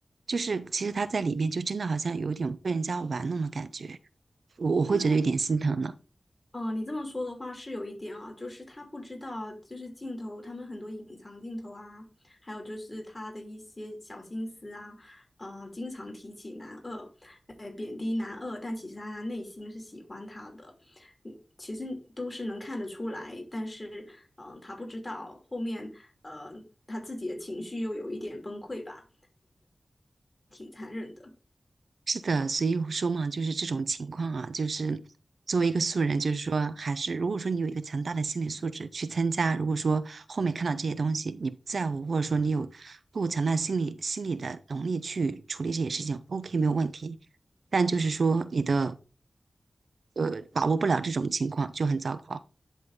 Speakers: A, on the right; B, on the left.
A: 就是其实他在里面就真的好像有一点被人家玩弄的感觉，我我会觉得有点心疼呢。
B: 对，哦，你这么说的话是有一点啊，就是他不知道，就是镜头，他们很多隐藏镜头啊，还有就是他的一些小心思啊，呃，经常提起男二，呃，贬低男二，但其实他内心是喜欢他的，嗯，其实都是能看得出来，但是，嗯、他不知道后面，呃，他自己的情绪又有一点崩溃吧，挺残忍的。
A: 是的，所以我说嘛，就是这种情况啊，就是作为一个素人，就是说，还是如果说你有一个强大的心理素质去参加，如果说后面看到这些东西你不在乎，或者说你有够强大的心理心理的能力去处理这些事情，OK 没有问题。但就是说你的呃把握不了这种情况就很糟糕。